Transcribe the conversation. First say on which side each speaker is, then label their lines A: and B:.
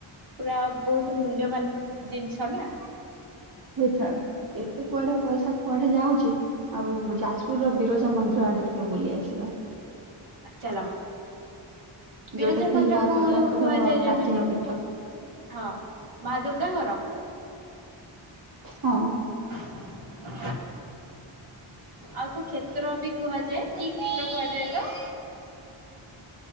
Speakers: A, on the right; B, on the right.
A: ପୁରା ବହୁତ ମୂଲ୍ୟବାନ ଜିନିଷ ନା।
B: ହେ ଛାଆଡେ କେତେ କୁଆଡେ ପଇସା କୁଆଡେ ଯାଉଚି। ଆଉ ଯାଜପୁରର ବିରଜା ମନ୍ଦିର ଆଡେ ଟିକେ ବୁଲି ଆସିବା।
A: ଚାଲ ବିରଜା
B: ଯୋଉଟା କି
A: ମନ୍ଦିରକୁ
B: ମା ଦୁର୍ଗାଙ୍କର
A: କୁହାଯାଏ
B: ପ୍ରାଚୀନ
A: ଯେମିତି
B: ପୀଠ
A: ହଁ ମା ଦୁର୍ଗାଙ୍କର।
B: ହଁ।
A: ହଁ। ଆଉ କୋଉ କ୍ଷେତ୍ର ବି କୁହାଯାଏ କି କ୍ଷେତ୍ର କୁହାଯାଏ ତ?